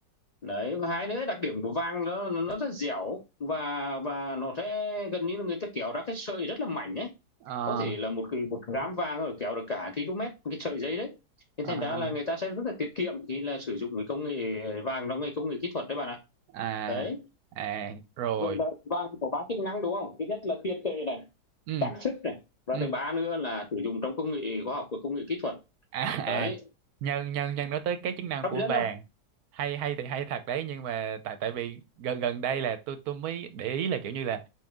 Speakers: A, on the left; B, on the right.
A: Đấy và hai nữa đặc điểm của vàng nó nó rất dẻo và và nó sẽ gần như là người ta kéo ra cái sợi rất là mảnh ấy
B: à
A: có thể là một cái một gám vàng rồi kéo được cả km cái sợi dây đấy thế
B: à
A: thành ra là người ta sẽ rất là tiết kiệm khi là sử dụng cái công nghệ vàng trong cái công nghệ kỹ thuật đấy bạn ạ
B: à
A: đấy
B: à rồi
A: vậy là vàng có ba chức năng đúng không thứ nhất là tiền tệ này
B: ừ
A: trang sức này và
B: ừ.
A: thứ ba nữa là sử dụng trong công nghệ khoa học và công nghệ kỹ thuật
B: à
A: đấy
B: à nhân nhân nhân nói tới cái chức năng
A: hấp
B: của
A: dẫn
B: vàng
A: không
B: hay hay thì hay thật đấy nhưng mà tại tại vì gần gần đây là tôi tôi mới để ý là kiểu như là